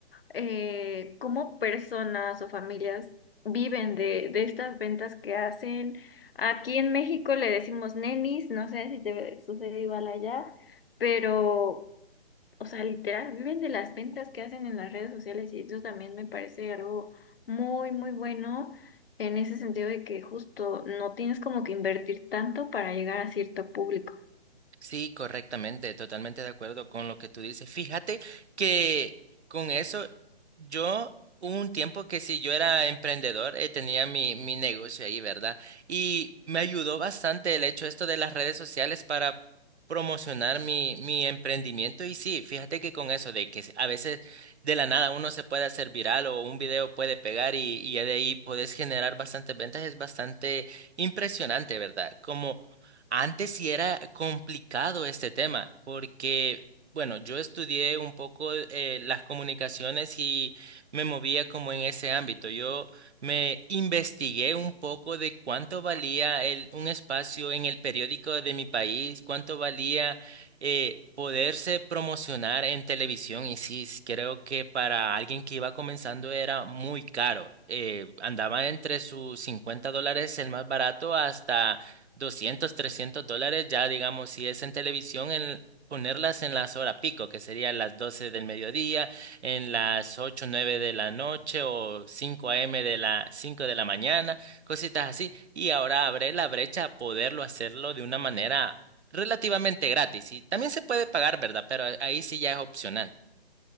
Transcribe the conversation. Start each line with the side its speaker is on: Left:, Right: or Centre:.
Left: eh, cómo personas o familias viven de, de estas ventas que hacen. Aquí en México le decimos nenis, no sé si te sucede igual allá, pero, o sea, literal, viven de las ventas que hacen en las redes sociales y eso también me parece algo muy, muy bueno en ese sentido de que justo no tienes como que invertir tanto para llegar a cierto público.
Right: Sí, correctamente, totalmente de acuerdo con lo que tú dices. Fíjate que con eso, yo hubo un tiempo que si yo era emprendedor, eh, tenía mi, mi negocio ahí, ¿verdad? Y me ayudó bastante el hecho esto de las redes sociales para promocionar mi, mi emprendimiento. Y sí, fíjate que con eso, de que se- a veces de la nada uno se puede hacer viral o un video puede pegar y, y ya de ahí puedes generar bastantes ventas, es bastante impresionante, ¿verdad? Como antes sí era complicado este tema, porque, bueno, yo estudié un poco eh, las comunicaciones y me movía como en ese ámbito. Yo me investigué un poco de cuánto valía el- un espacio en el periódico de mi país, cuánto valía eh, poderse promocionar en televisión. Y sí, s- creo que para alguien que iba comenzando era muy caro. Eh, andaba entre sus 50 dólares el más barato hasta 200 300 dólares, ya digamos, si es en televisión, en ponerlas en las horas pico, que serían las 12 del mediodía, en las 8 9 de la noche o 5 a.m. de la 5 de la mañana, cositas así. Y ahora abre la brecha a poderlo hacerlo de una manera relativamente gratis. Y también se puede pagar, ¿verdad? Pero ahí sí ya es opcional.